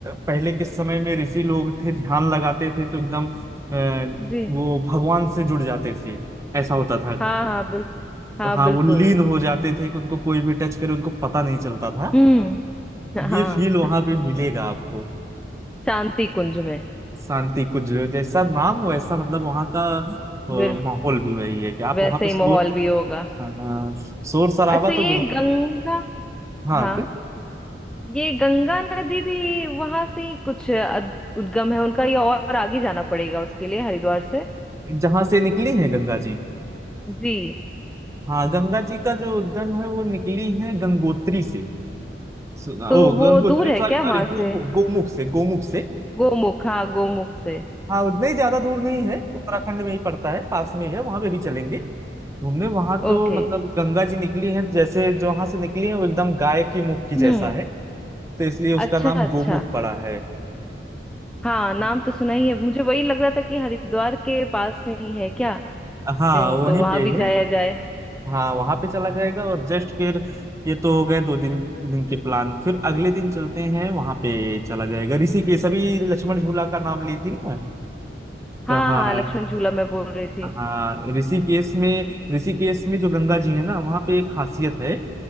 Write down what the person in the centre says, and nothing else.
जी
हाँ हाँ बिल्कुल हाँ
बिल्कुल
हम्म
हाँ
शांति कुंज में
बिल्कुल
वैसे
ही
माहौल भी होगा
अच्छा ये
गंगा
हाँ
ये गंगा नदी भी वहां से ही कुछ अद- उद्गम है उनका या और आगे जाना पड़ेगा उसके लिए हरिद्वार से
जी
तो
वो
दूर है
क्या
वहां
से
गोमुख हाँ गोमुख से
ओके
हम्म
अच्छा
अच्छा
हाँ नाम
तो सुना ही है मुझे वही लग रहा था कि हरिद्वार के पास में ही है क्या
कहीं
तो वहां
भी जाया
जाए
हाँ
हाँ लक्ष्मण झूला मैं बोल रही थी